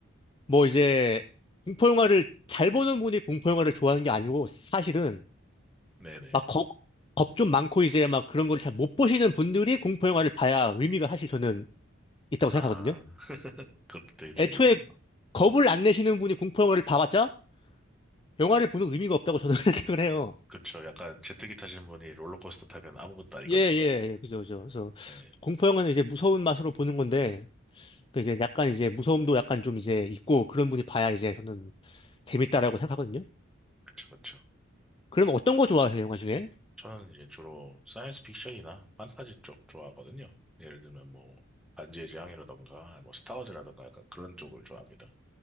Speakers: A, on the left (about 25°); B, in the centre.
A: 뭐 이제 공포 영화를 잘 보는 분이 공포 영화를 좋아하는 게 아니고 사실은
B: 네네.
A: 막 겁, 겁 좀 많고 이제 막 그런 걸 잘 못 보시는 분들이 공포 영화를 봐야 의미가 사실 저는 있다고
B: 아,
A: 생각하거든요.
B: <laughs> 그것도 되게 재밌네요.
A: 애초에 겁을 안 내시는 분이 공포 영화를 봐봤자 영화를 보는 의미가 없다고 저는 <laughs> 생각을 해요.
B: 그쵸. 약간 제트기 타신 분이 롤러코스터 타면 아무것도 아닌 것처럼.
A: 예, 예, 예, 그죠, 그죠. 그래서
B: 네.
A: 공포 영화는 이제 무서운 맛으로 보는 건데 그 이제 약간 이제 무서움도 약간 좀 이제 있고 그런 분이 봐야 이제 저는 재밌다라고 생각하거든요.
B: 그쵸, 그쵸.
A: 그럼 어떤 거 좋아하세요, 영화 중에?
B: 저는 이제 주로 사이언스 픽션이나 판타지 쪽 좋아하거든요. 예를 들면 뭐 반지의 제왕이라던가 뭐 스타워즈라던가 약간 그런 쪽을 좋아합니다.